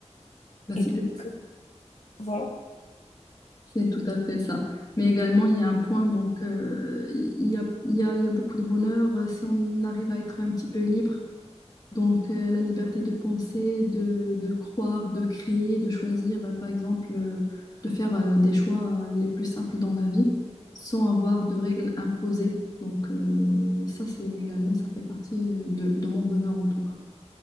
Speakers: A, on the left; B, on the left.
A: Ben,
B: Et
A: c'est
B: donc,
A: peut-être-
B: euh, voilà.
A: c'est tout à fait ça. Mais également, il y a un point, donc, euh, il y a, il y a, il y a beaucoup de bonheur euh, si on arrive à être un petit peu libre. Donc, euh, la liberté de penser, de, de croire, de créer, de choisir, euh, par exemple, euh, de faire euh, des choix euh, les plus simples dans la vie sans avoir de règles imposées. Donc, euh, ça, c'est également, ça fait partie euh, de, de mon bonheur en tout cas.